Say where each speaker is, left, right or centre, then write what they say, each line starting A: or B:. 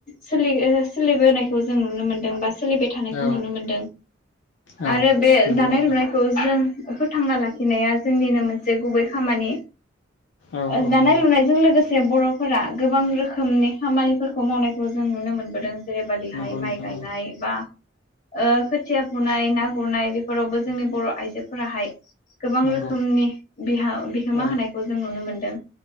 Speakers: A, on the left (about 40°); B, on the left (about 65°).
A: सोलि सोलिबोनायखौ जों नुनो मोनदों बा। सोलिबाय थानायखौ
B: औ
A: नुनो मोनदों
B: औ
A: आरो बे
B: नंगौ
A: दानाय
B: नोंथां
A: लुनायखौ जों। फोथांना लाखिनाया जोंनिनो मोनसे गुबै खामानि।
B: औ
A: ओ
B: औ
A: दानाय
B: नंगौ
A: लुनायजों लोगोसे। बर'फोरा गोबां रोखोमनि खामानिफोरखौ मावनायखौ जों नुनो मोनबोदों। जेरैबादिहाय
B: नंगौ
A: माइ
B: नोंथां
A: गायनाय
B: औ
A: बा ओ खोथिया। गुरनाय ना गुरनाय बेफोरावबो जोंनि बर' आइजोफोराहाय गोबां
B: नंगौ
A: रोखोमनि बिहा। बिहोमा
B: औ
A: होनायखौ जों नुनो मोनदों